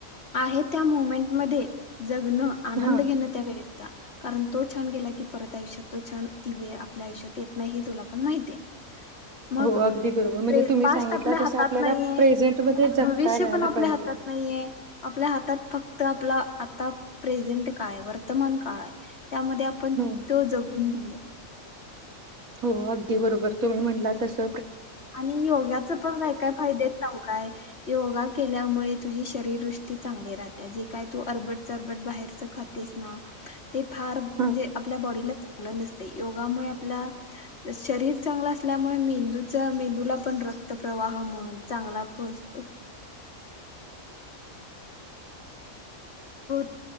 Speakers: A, on the left; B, on the right.
A: आहे त्या मुमेंट मध्ये जगणं आनंद
B: हा
A: घेणं त्यावेेळे कारण तो छान गेला की परत आयुषत तो छान ति व आपल्या आयु्यात येत नाही हे तुला पण माहिित आहे मग
B: हो अगदी बरोबर म्हणजे तुम्ही
A: पास्ट
B: सांगितला
A: आपल्या हातात
B: तसं आपल्याला
A: नाहीे
B: प्रेझेंटमध्ये
A: आणि
B: जगता
A: भविष्य
B: यायला
A: पण आपल्या
B: पाहिजे
A: हातात नाहीये आपल्या हातात फक्त तर आपला आता प्रेझेंट कायय वर्तमान काळ आहे त्यामध्ये आपण
B: हो
A: तो जगून घेऊया
B: हो अगदी बरोबर तुम्ही म्हटला तस
A: आणि योगाच पण काय काय फायदेेत नम काय योगा केल्यामुळे तुझी शरीवृष्टी चांगली राहते जे काय तू अरबट चरबट बाहेरच खातेस ना ते फार म्हणजे
B: हा
A: आपल्या बॉडीला च नस योगामुळे आपला शरीर चांगलं असल्यामुळे मेंदू मेंदूला पण रक्त प्र्रवाह मण चांगला पोचतो त